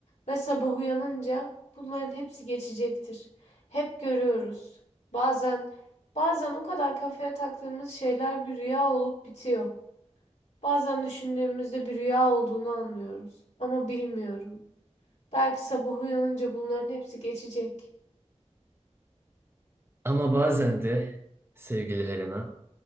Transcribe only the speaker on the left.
ve sabah uyanınca bunların hepsi geçecektir. Hep görüyoruz. Bazen bazen o kadar kafaya taktığımız şeyler bir rüya olup bitiyor. Bazen düşündüğümüzde bir rüya olduğunu anlıyoruz. Ama bilmiyorum. Belki sabah uyanınca bunların hepsi geçecek.